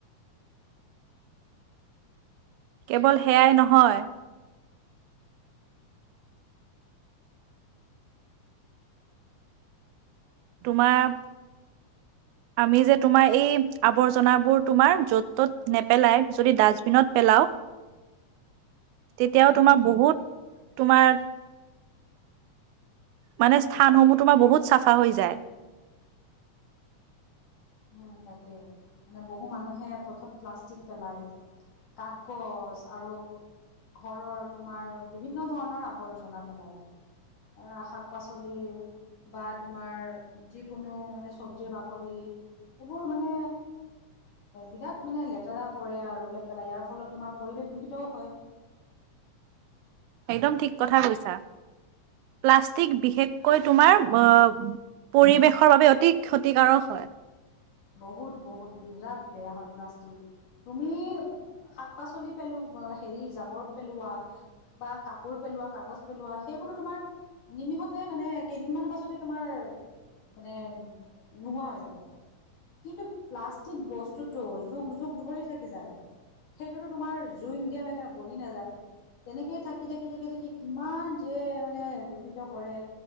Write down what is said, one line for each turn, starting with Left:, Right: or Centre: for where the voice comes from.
Right: কেৱল সেয়াই নহয় তোমাৰ
Left: অ
Right: আমি যে তোমাৰ এই আৱৰ্জনাবোৰ তোমাৰ য'ত ত'ত নেপেলাই যদি ডাষ্টবিনত পেলাও তেতিয়াও
Left: উম
Right: তোমাৰ বহুত তোমাৰ মানে স্থানসমূহ তোমাৰ বহুত চাফা হৈ যায়
Left: উম তাকে মানে বহু মানুহে পথত প্লাষ্টিক পেলায় কাগজ আৰু ঘৰৰ তোমাৰ বিভিন্ন ধৰণৰ আৱৰ্জনা পেলাই এ শাক পাচলিৰ বা তোমাৰ যিকোনো মানে চব্জিৰ বাকলি এইবোৰ মানে বিৰাট মানে লেতেৰা কৰে আৰু বোলে পেলাই ইয়াৰ ফলত তোমাৰ পৰিৱেশ দূষিতও হয়
Right: একদম ঠিক কথা কৈছা প্লাষ্টিক বিশেষকৈ তোমাৰ অ পৰিৱেশৰ বাবে অতি ক্ষতিকাৰক হয়
Left: বহুত বহুত বিৰাট বেয়া হয় প্লাষ্টিক তুমি শাক পাচলি পেলো হেৰি জাবৰ পেলোৱা বা কাপোৰ পেলোৱা কাগ পেলোৱা সেইবোৰতো তোমাৰ নিমিষতে মানে কেইদিনমানৰ পাছতে তোমাৰ মানে নোহোৱা হৈ যাব কিন্তু প্লাষ্টিক বস্তুটো যুগ যুগ ধৰি থাকি যায় সেইটোতো তোমাৰ জুইন দাালাগে গলি নাযায় তেনেকেই থাকি থাকি থাকি থাকি কিমান যে মানে দূষিত কৰে